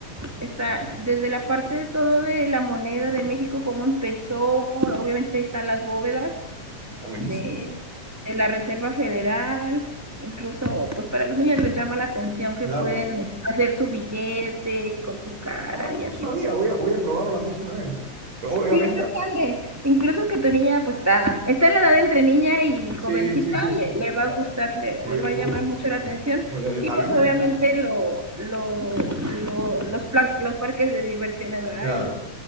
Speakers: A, in the centre; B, on the right.
A: está, desde la parte de todo de la moneda de México, cómo empezó, obviamente ahí están las bóvedas
B: buenísimo.
A: de, de la Reserva Federal, incluso pues para los niños les llama la atención que
B: Claro.
A: pueden hacer su billete con su cara
B: Ah,
A: y
B: no
A: así
B: sabía,
A: pues.
B: voy a, voy a probarlo la próxima vez. Obviamente,
A: Sí, está padre. Incluso que tu niña pues está, está en la edad entre niña y
B: sí,
A: jovencita,
B: sí, sí.
A: le,
B: sí.
A: le va
B: Ah,
A: a gustar, le,
B: Voy
A: le,
B: a,
A: va
B: voy-
A: a llamar mucho la atención
B: voy a ir.
A: y
B: A
A: pues
B: mí me encanta,
A: obviamente lo, lo, lo los, los parques de diversiones, ¿verdad?
B: claro.
A: El,